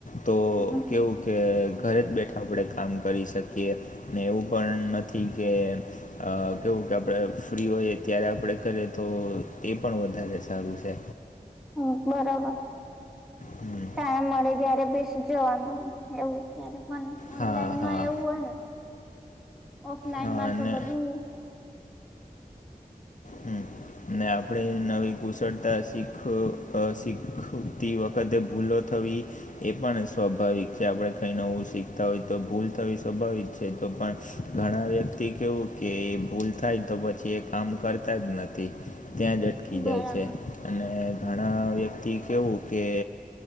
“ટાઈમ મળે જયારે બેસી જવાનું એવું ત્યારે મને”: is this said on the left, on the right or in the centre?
Centre